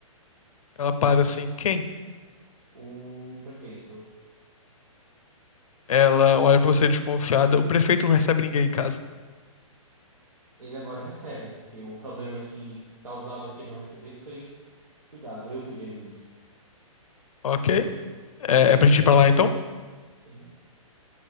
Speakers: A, on the left (about 70°); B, on the right (about 70°).
A: Ela para assim, quem?
B: O prefeito,
A: Ela olha pra você desconfiada, o prefeito não recebe ninguém em casa.
B: ele agora recebe, porque o problema que causava que ele não recebesse foi cuidado. Eu cuidei disso.
A: Ok, é, é pra gente ir pra lá então?
B: Sim,